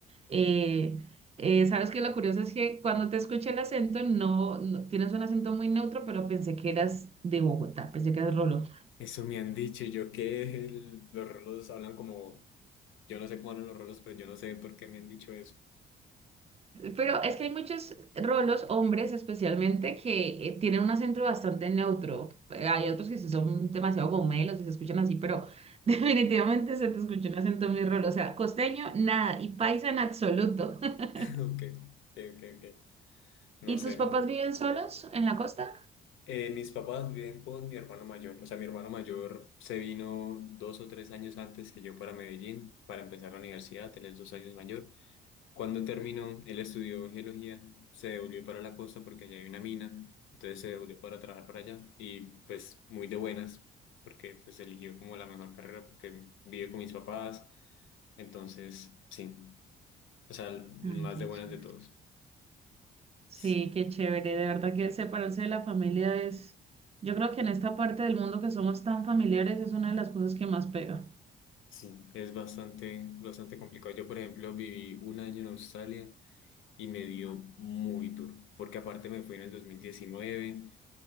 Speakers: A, on the right; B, on the left.
A: Eh, eh, sabes que lo curioso es que cuando te escuché el acento, no, no- tienes un acento muy neutro, pero pensé que eras de Bogotá, pensé que eras Rolo.
B: Eso me han dicho y yo que el- los rolos hablan como, yo no sé cómo hablan los rolos, pero yo no sé por qué me han dicho eso.
A: Pero es que hay muchos rolos, hombres especialmente, que eh, tienen un acento bastante neutro. Eh, Hay otros que sí son demasiado gomelos y se escuchan así, pero <laughs> definitivamente se te escucha un acento muy rolo. O sea, costeño, nada, y paisa en absoluto. <laughs>
B: <laughs> Ok, ok, ok, ok. No
A: ¿Y
B: sé.
A: tus papás viven solos en la costa?
B: Eh, mis papás viven con mi hermano mayor. O sea, mi hermano mayor se vino dos o tres años antes que yo para Medellín para empezar la universidad. Él es dos años mayor. Cuando terminó, él estudió geología, se devolvió para la costa porque allá hay una mina. Entonces se devolvió para trabajar para allá y pues muy de buenas porque pues eligió como la mejor carrera porque vive con mis papás. Entonces, sí. O sea, el
A: Ay,
B: más
A: qué
B: de buenas
A: chévere.
B: de todos.
A: Sí,
B: Sí.
A: qué chévere. De verdad que separarse de la familia es, yo creo que en esta parte del mundo que somos tan familiares es una de las cosas que más pega.
B: Sí, es bastante, bastante complicado. Yo, por ejemplo, viví un año en Australia y me dio muy duro, porque aparte me fui en el 2019,